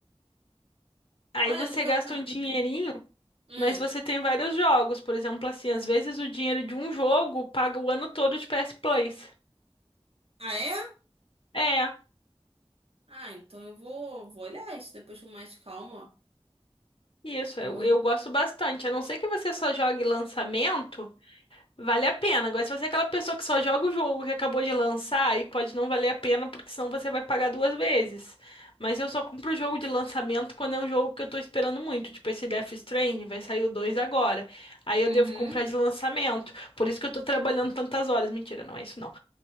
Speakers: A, on the left; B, on the right.
A: Aí
B: Olha,
A: você
B: eu nunca.
A: gasta
B: pa-
A: um dinheirinho,
B: Hum.
A: mas você tem vários jogos. Por exemplo, assim, às vezes o dinheiro de um jogo paga o ano todo de PS Plus.
B: Ah, é?
A: É,
B: Ah, então eu vou, vou olhar isso depois com mais calma.
A: isso,
B: O
A: eu,
B: meu.
A: eu gosto bastante. A não ser que você só jogue lançamento, Vale a pena. Agora, se você é aquela pessoa que só joga o jogo que acabou de lançar, aí pode não valer a pena, porque senão você vai pagar duas vezes. Mas eu só compro o jogo de lançamento quando é um jogo que eu tô esperando muito. Tipo, esse Death Stranding, vai sair o 2 agora. Aí eu
B: Uhum.
A: devo comprar de lançamento. Por isso que eu tô trabalhando tantas horas. Mentira, não é isso não.